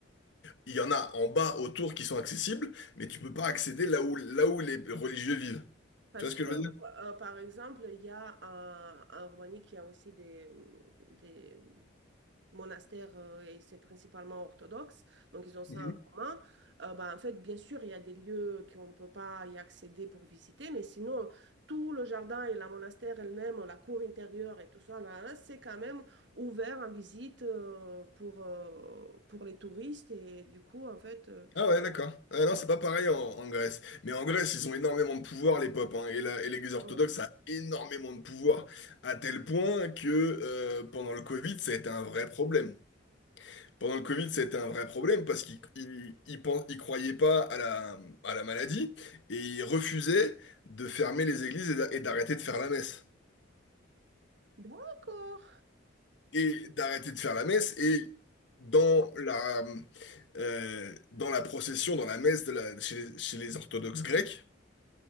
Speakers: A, on the left; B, on the right.
A: Il y en a en bas, autour, qui sont accessibles, mais tu peux pas accéder là où, là où les religieux vivent.
B: Parce
A: Tu vois ce
B: que,
A: que je veux dire?
B: euh, par exemple, il y a euh, en Roumanie qui a aussi des, des, monastère euh, et c'est principalement orthodoxe, donc ils ont ça
A: Mhm.
B: en commun. Euh, bah, en fait, bien sûr, il y a des lieux qu'on ne peut pas y accéder pour visiter, mais sinon, tout le jardin et la monastère elle-même, la cour intérieure et tout ça, là, là, c'est quand même ouvert en visite euh, pour, euh, pour les touristes et du coup, en fait, euh,
A: Ah ouais, d'accord. Ah non, c'est pas pareil en, en Grèce. Mais en Grèce, ils ont énormément de pouvoir, les popes, hein, et la- et l'Église orthodoxe
B: voilà.
A: a énormément de pouvoir, à tel point que euh, pendant le Covid, ça a été un vrai problème. Pendant le Covid, c'était un vrai problème parce qu'ils ils, ils pen- ils croyaient pas à la, à la maladie et ils refusaient de fermer les églises et d'a- et d'arrêter de faire la messe.
B: D'accord.
A: Et d'arrêter de faire la messe et dans la, euh, dans la procession, dans la messe de la, chez, les, chez les orthodoxes grecs,